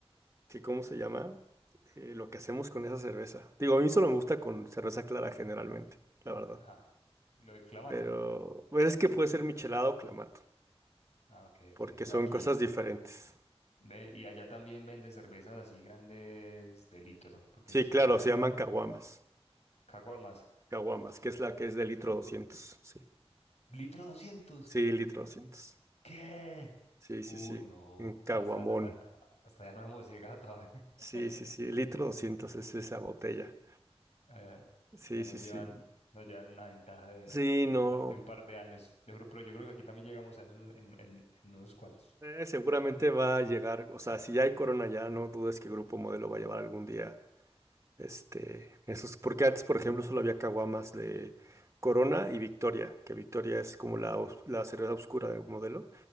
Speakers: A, on the right; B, on the left.
A: que ¿cómo se llama? Eh, lo que hacemos con esa cerveza. Digo, a mí solo me gusta con cerveza clara generalmente, la verdad.
B: Ajá. Lo del clamato.
A: Pero, pues, es que puede ser michelada o clamato,
B: Ah, ok, ok.
A: porque
B: No,
A: son
B: aquí.
A: cosas diferentes.
B: Ve- y allá también venden cervezas así grandes de litro, porque
A: Sí,
B: aquí
A: claro, se llaman caguamas.
B: caguamas.
A: Caguamas, que es la que es de litro doscientos sí.
B: ¿Litro doscientos.
A: Sí, litro 200.
B: ¿Qué?
A: Sí,
B: Uy,
A: sí, sí.
B: no,
A: En Caguamón.
B: hasta, hasta, a- hasta ya no hemos llegado todavía. <laughs>
A: Sí, sí, sí. Litro 200 es esa botella.
B: Allá
A: Sí,
B: Ya
A: sí,
B: nos
A: sí.
B: llevan, nos llevan una ventaja de,
A: Sí, no.
B: un par, de un par de años. Yo creo, pero yo creo que aquí también llegamos a eso en, en, en unos cuantos.
A: Eh, seguramente va a llegar. O sea, si ya hay Corona ya, no dudes que Grupo Modelo va a llevar algún día. Este, esos. Porque antes, por ejemplo, solo había caguamas de Corona y Victoria, que Victoria es como la, os- la cerveza oscura de Modelo.